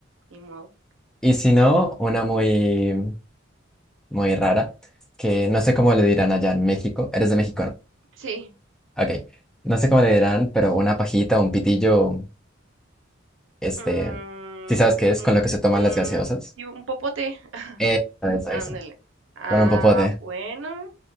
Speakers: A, on the right; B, in the centre.
A: ni modo.
B: Y si no, una muy, muy rara, que no sé cómo le dirán allá en México. Eres de México, ¿no?
A: Sí,
B: Ok. No sé cómo le dirán, pero una pajita, un pitillo, este,
A: mm,
B: ¿sí sabes qué es?
A: un,
B: Con lo que se toman
A: un,
B: las gaseosas.
A: sí, un popote.
B: Eh, eso,
A: Ándale.
B: eso.
A: Ah,
B: Con un popote.
A: bueno,